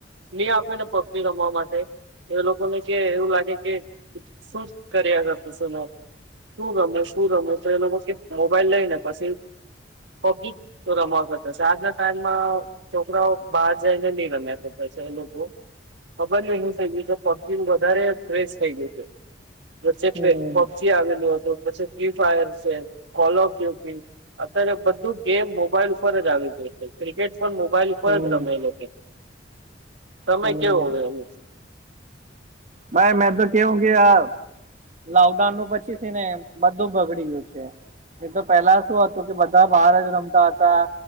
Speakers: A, on the right; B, on the right.
A: ની આપે ને પબજી રમવા માટે તો એ લોકો ને કે એવું લાગે કે શુ કર્યા કરતુ છે ને શુ રમું શું રમું તો એ લોકો કે મોબાઈલ લઈને પસી પબ જી ચો રમા કરતા શે આજના ટાઈમમાં છોકરાઓ બહાર જઈ ને નહી રમેં શકે છે. પછી એ લોકો ખબર નઈ હું થઇ ગયું છે પબજી નું વધારે ફ્રેશ થઇ ગયું છે. વચ્ચે
B: હમ
A: પે પબજી આવેલું હતું પછી ફ્રી ફાયર છે કોલ ઓફ ગ્યું પીન અત્યારે બધું ગેમ મોબાઈલ ઉપર જ આવી ગયું છે. ક્રિકેટ પણ મોબાઈલ ઉપર
B: હમ
A: જ રમેં એ લોકો. તમે
B: હમ
A: કેવ હોવે રમે?
B: ભાઈ મેં તો કેવઉં કે આ લોકડાઉન નું પછી થી ને બધું બગડી ગયું છે. ની તો પેલા શું હતું કે બધા બહાર જ રમતા હતા.